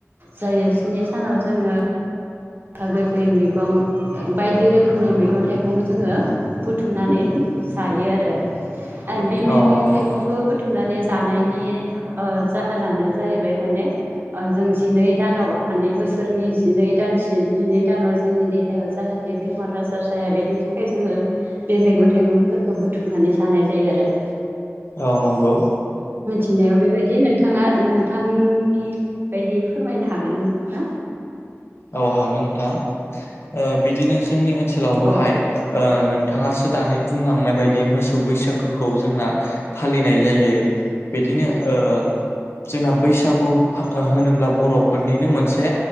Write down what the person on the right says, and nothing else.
जायो स्नि सानाव जोङो गोखा गोखै मैगं बायदि रोखोमनि मैगं थाइगं जोङो बुथुमनानै जायो आरो आरो बे मैगं
थाइगंखौ बुथुमनानै जानायनि ओ जाहोनानो जाहैबाय माने ओ जों जिनै दानाव माने बोसोरनि जिनै दानसि म निदानाव जोंनि देहायाव जाहाथे बेमार आजार जाया बेनि थाखाय जोङो बे मैगं थाइगं फोरखौ बुथुमनानै जानाय जायो आरो।
फिनायाव बेबायदि नोंथाङा नोंथांनि बायदि फोरमायनो हागोन ना?
औ